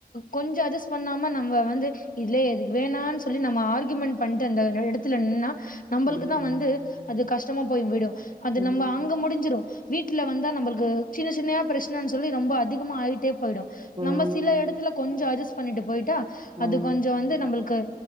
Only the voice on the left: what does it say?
கொஞ்சோ அட்ஜ் பண்ணாம நம்ம வந்து இதுலே எதுக்கு வேணானு சொ சொல்லி நம்ம ஆர்க்யுமெண்ட் பண்ணிட்டு அந்த எடத்துல நின்னா நம்ளுக்குதா
வந்து அது கஷ்டமா போய் விடு அது
நம்ம அங்க முடிஞ்சிரு வீட்ல வந்தா நம்மளுக்கு சின்ன சின்னையா பிரச் சனன்னு சொல்லி ரொம்ப அதிகமா ஆயிட்டே போயிடு
நம்ம சில எடத்துல கொஞ்சோ அட்ஜஸ் பண்ணிட்டு போயிட்டா
அது கொஞ்சோ வந்து நம்மளுக்கு